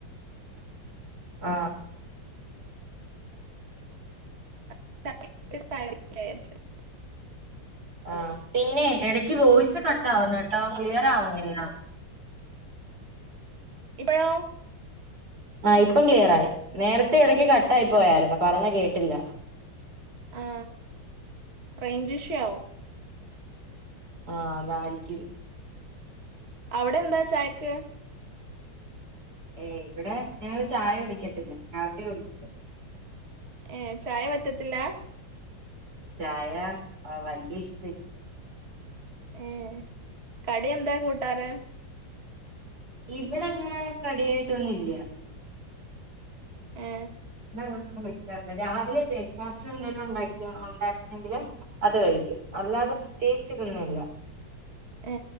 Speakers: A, on the right (about 60°); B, on the right (about 35°).
A: ആ
B: <unintelligible>
A: ആ പിന്നെ എടക്ക് വോയ്സ് കട്ടാവ്ന്ന് കേട്ടോ ക്ലിയറാവുന്നില്ല
B: ഇപഴോ
A: ആ ഇപ്പം ക്ലിയറായി നേരത്തെ ഇടക്ക് കട്ടായി പോയായിരുന്നു പറഞ്ഞത് കേട്ടില്ല
B: ആ ഫ്രഞ്ചിഷ ആവും
A: ആ അതായിരിക്കും
B: അവ്ടെ എന്താ ചായക്ക്
A: ഹേ ഇവ്ടെ ഞങ്ങൾ ചായ കുടിക്കത്തില്ല കാപ്പിയാ കുടിക്ക
B: ഏ ചായ പ റ്റത്തില്ല
A: ചായ ആ വല്യ ഇഷ്ട
B: ഏ കടി എന്താ കൂട്ടാറ്
A: ഇവിടെ അങ്ങനെ കടി ട്ടൊന്നും ഇല്ല്യ
B: ഏ
A: <unintelligible> രാവിലെ ബ്രേക്ക്ഫാസ്റ്റ് എന്തെലും ഉണ്ടാക്കി ഉണ്ടാക്കുന്നെങ്കിൽ അത് കഴിക്കും അല്ലാതെ പ്രത്യേകിച്ച് ഇതൊന്നുയില്ല
B: ഏ